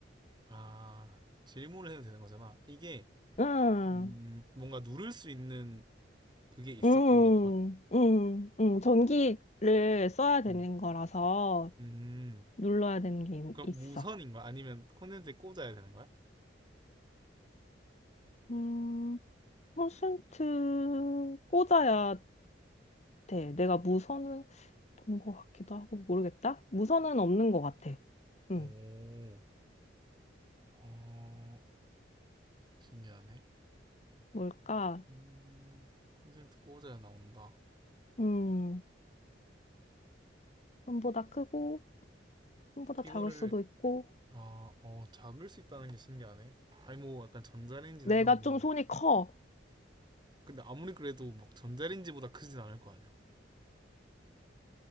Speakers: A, on the right (about 25°); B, on the left (about 40°).
A: 아, 질문을 해도 되는 거잖아. 이게,
B: 응,
A: 음, 뭔가 누를 수 있는 그게 있어?
B: 응,
A: 뭔가 버
B: 응, 응. 전기를 써야 되는
A: 음,
B: 거라서
A: 음.
B: 눌러야 되는 게 있-
A: 그럼
B: 있어.
A: 무선인 거야? 아니면 콘센트에 꽂아야 되는 거야?
B: 음, 퍼센트 꽂아야 돼. 내가 무선은 본 것 같기도 하고, 모르겠다? 무선은 없는 것 같아.
A: 오,
B: 응.
A: 어, 신기하네.
B: 뭘까?
A: 음, 콘센트 꽂아야 나온다.
B: 음, 손보다 크고, 손보다
A: 이거를,
B: 작을 수도 있고,
A: 아, 어, 잡을 수 있다는 게 신기하네. 아니, 뭐, 약간 전자레인지나
B: 내가
A: 이런 건
B: 좀 손이 커.
A: 근데 아무리 그래도 막 전자레인지보다 크진 않을 거 아니야.